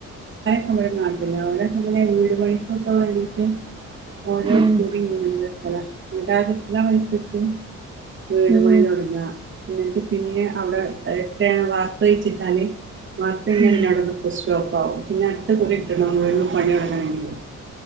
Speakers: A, on the right; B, on the right.
A: <unintelligible> നാട്ടിലാ ഓരക്കിങ്ങനെ വീട് പണിക്കൊക്കെ വേണ്ടീട്ട് ഓരോ
B: ഉം
A: കുറി ഇങ്ങനെ വെക്കലാ <unintelligible> മരിച്ചിട്ട് വീട്
B: ഉം
A: പണി തൊടങ്ങാ എന്നിട്ട് പിന്നാ അവിടെ ഏട്ടൻ വാർപ്പ് കെയ്ച്ച്ട്ടാല് വാർത്ത കഴിഞ്ഞാ
B: ഉം
A: പിന്നവടെ നിക്കു സ് റ്റോപ്പാവും പിന്നെ അടുത്ത കുറി കിട്ടണം വീണ്ടും പണി തൊടങ്ങണങ്കില്